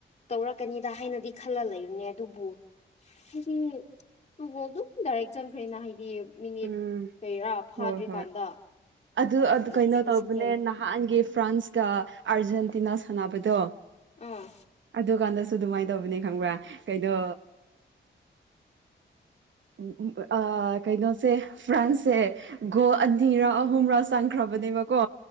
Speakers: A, on the left; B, on the right.
A: ꯇꯧꯔꯛꯀꯅꯤꯗ ꯍꯥꯏꯅꯗꯤ ꯈꯜꯂ ꯂꯩꯕꯅꯦ ꯑꯗꯨꯕꯨ ꯍꯥꯏꯗꯤ ꯑꯗꯨꯝ ꯗꯥꯏꯔꯦꯛ ꯆꯟꯈ꯭ꯔꯦꯅ ꯍꯥꯏꯗꯤ ꯃꯤꯅꯤꯠ
B: ꯎꯝ
A: ꯀꯩꯔꯥ ꯐꯥꯗ꯭ꯔꯤꯀꯥꯟꯗ
B: ꯍꯣꯏ ꯍꯣꯏ ꯑꯗꯨ
A: ꯑꯗꯨꯁꯨ
B: ꯀꯩꯅꯣ ꯇꯧꯕꯅꯦ
A: ꯁꯦꯀꯦꯟ
B: ꯅꯍꯥꯟꯒꯤ ꯐ꯭ꯔꯥꯟꯁꯀ ꯑꯥꯔꯖꯦꯟꯇꯤꯅꯥ ꯁꯥꯟꯅꯕꯗꯣ ꯑ
A: ꯑꯥ
B: ꯑꯗꯨ ꯀꯥꯟꯗꯁꯨ ꯑꯗꯨꯃꯥꯏꯅ ꯇꯧꯕꯅꯤ ꯈꯪꯕ꯭ꯔꯥ ꯀꯩꯗꯣ ꯎ ꯑ ꯀꯩꯅꯣꯁꯦ ꯐ꯭ꯔꯥꯟꯁꯁꯦ ꯒꯣ ꯑꯅꯤꯔꯥ ꯑꯍꯨꯝꯔ ꯆꯪꯈ꯭ꯔꯕꯅꯦꯕꯀꯣ